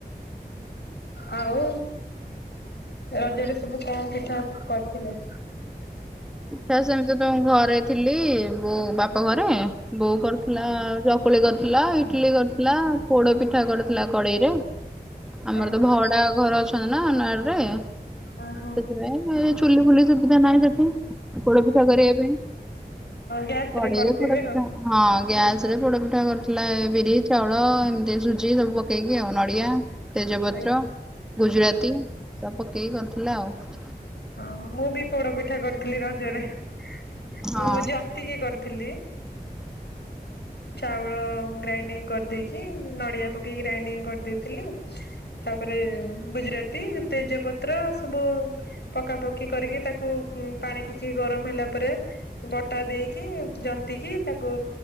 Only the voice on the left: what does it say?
ଆଉ ରଜରେ ସବୁ କଣ ପିଠା କରିଥିଲେ?
ଓହୋ
ଓହୋ।
ଗ୍ୟାସ
ରେ କରିଥିବେ
ଆଉ।
ଆଜ୍ଞା
ହଁ ମୁଁ ବି ପୋଡପିଠା କରିଥିଲି ରଜରେ ମୁଁ
ଜନ୍ତ୍ ଜନ୍ତିକି କରିଥିଲି। ଚାଉଳ ଗ୍ରାଇଣ୍ଡିଙ୍ଗ କରିଦେଇକି ନଡିଆ ପକେଇକି ଗ୍ରାଇଣ୍ଡିଙ୍ଗ କରିଦେଇଥିଲି। ତାପରେ ଗୁଜୁରାତି, ତେଜପତ୍ର ଆଉ ସବୁ ପକାପକି କରିକି ତାକୁ ପାଣି ଟିକେ ଗରମ ହେଲା ପରେ ବଟା ଦେଇକି ଜନ୍ତିକି ତାକୁ